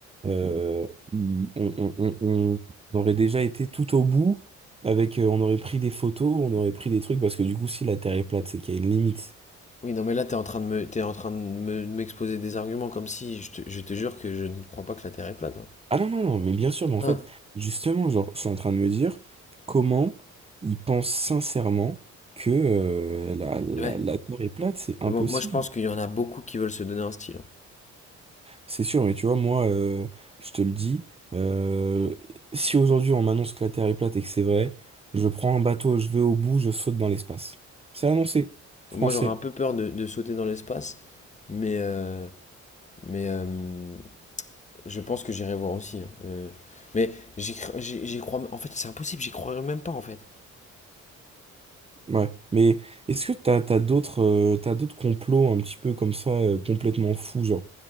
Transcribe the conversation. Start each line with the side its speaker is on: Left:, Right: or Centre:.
Right: euh, il- on, on- on- on- on aurait déjà été tout au bout avec euh, on aurait pris des photos on aurait pris des trucs parce que du coup si la Terre est plate c'est qu'il y a une limite
Left: Oui, non, mais là, t'es en train de me, t'es en train de me- de m'exposer des arguments comme si je te, je te jure que je ne crois pas que la Terre est plate. hein.
Right: ah non non non mais bien sûr mais en
Left: Hein,
Right: fait justement genre je suis en train de me dire comment ils pensent sincèrement que euh, la, la,
Left: ouais.
Right: la Terre est plate c'est impossible
Left: Mais bon, moi, je pense qu'il y en a beaucoup qui veulent se donner un style. hein.
Right: C'est sûr, mais tu vois, moi, euh, je te le dis, euh, si aujourd'hui on m'annonce que la Terre est plate et que c'est vrai, je prends un bateau, je vais au bout, je saute dans l'espace. C'est annoncé, français.
Left: Moi, j'aurais un peu peur de, de sauter dans l'espace, mais, euh, mais euh, Je pense que j'irai voir aussi. hein. Euh, Mais j'y cr- j'y j'y crois. En fait, c'est impossible, j'y croirais même pas en fait.
Right: Ouais. Mais est-ce que t'as, t'as d'autres, euh, t'as d'autres complots un petit peu comme ça, euh, complètement fous, genre?